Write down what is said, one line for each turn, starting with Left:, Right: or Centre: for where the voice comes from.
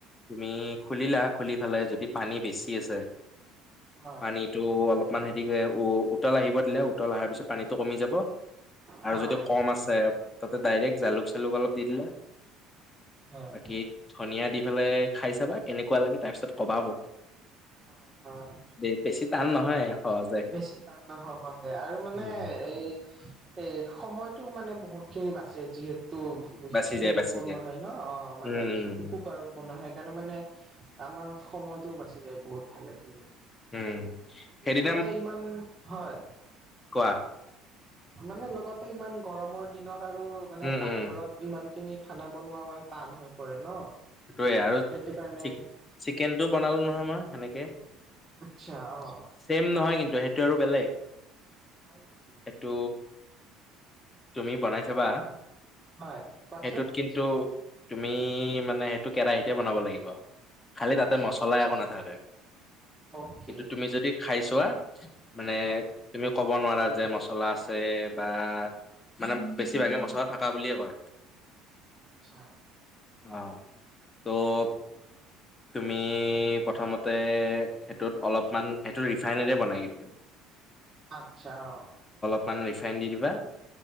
Left: তুমি খুুলিলা খুলি ফালে যদি পানী বেছি আছে
Right: হয়
Left: পানীটো অলপ ইমান হেৰিকে উ উতল আহিব দিলে, উতল অহাৰ পিছত পানীটো কমি যাব। আৰু
Right: হয়
Left: যদি কম আছে তাতে ডাইৰেক্ট জালুক চালুক অলপ দি দিলে
Right: হয়
Left: বাকী ধনীয়া দি ফালে খাই চাবা, কেনেকুৱা লাগে তাৰ পিছত কবা মোক
Right: হয় হয়
Left: বে বেছি টান নহয়। সহজে
Right: বেছি টান নহয় সহজে আৰু মানে
Left: উম
Right: এই এ সময়টো মানে বহুত খিনি বাছে যিহেতু তো <unintelligible>
Left: বাচি যায়
Right: হেৰিত
Left: বাচি
Right: বনোৱা
Left: যায়
Right: হয় ন অ মানে
Left: উম উম উম
Right: কুকাৰত বনোৱা হয় সেইকাৰণে মানে আমাৰ সময়তও বাছি যায় বহুত ভালেখিনি।
Left: উম, হেৰি।
Right: তাতে ইমান, হয়।
Left: কোৱা
Right: মানে লগতে ইমান গৰমৰ দিনত আৰু মানে
Left: উম
Right: পাকঘৰত
Left: উম
Right: ইমানখিনি খানা বনোৱা মানে টান হৈ পৰে ন।
Left: সেইটোৱে আৰু
Right: সেইটো কাৰণে
Left: চি চিকেনটো বনালো নহয় মই সেনেকে। <inaudible>
Right: আচ্ছা অ
Left: চেম নহয় কিন্তু সেইটো আৰু বেলেগ।
Right: হয় নেকি
Left: এইটো তুমি বনাই চাবা
Right: হয় কোৱাচোন
Left: সেইটোত কিন্তু তুমি আমি মানে সেইটো কেৰাহিতে বনাব লাগিব খালি
Right: আচ্ছা
Left: তাতে মছলা একো নাথাকে।
Right: অকে
Left: কিন্তু তুমি যদি খাই চোৱা মানে
Right: হয়
Left: তুমি ক'ব নোৱাৰা যে মছলা আছে বা মানে বেছিভাগে মছলা থাকা বুলিয়ে কয়।
Right: আচ্ছা।
Left: অঁ ত', তুমি প্ৰথমতে সেইটোত অলপমান সেইটো ৰিফাইনেৰে বনাই কিন্তু।
Right: আচ্ছা অ
Left: মানে ৰিফাইন দি দিবা